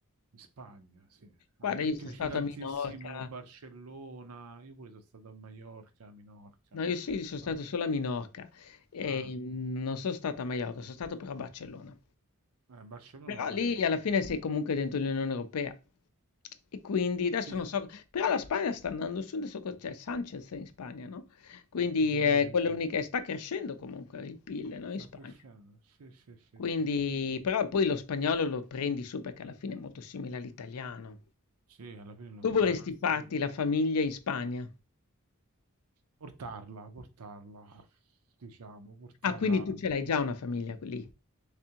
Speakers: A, on the right; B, on the left.
A: In Spagna, sì. A
B: Guarda,
A: me
B: io
A: piace
B: sono stato
A: tantissimo
B: a Minorca,
A: Barcellona. Io pure sono stato a Maiorca, a Minorca.
B: No, io sì,
A: Ci sono
B: sono
A: stato.
B: stato solo a Minorca e
A: Ah,
B: mm, non sono stato a Maiorca, sono stato però a Barcellona.
A: eh, Barcellona
B: Però
A: pure
B: lì
A: io.
B: alla fine
A: Mm.
B: sei comunque dentro l'Unione Europea e quindi adesso
A: Sì,
B: non so, però la Spagna sta andando su, adesso co- c'è Sanchez in Spagna, no? Quindi
A: mi sembra
B: eh,
A: di sì.
B: quella
A: sì.
B: unica, sta crescendo comunque il PIL, no? In
A: Sta
B: Spagna.
A: crescendo. Sì, sì, sì,
B: Quindi,
A: sì, sì.
B: però poi lo spagnolo lo prendi su perché alla fine è molto simile all'italiano.
A: Sì, alla fine lo
B: Tu
A: impari.
B: vorresti
A: Sì.
B: farti la famiglia in Spagna?
A: Portarla, portarla, diciamo, portarla.
B: Ah, quindi tu ce l'hai già una famiglia lì?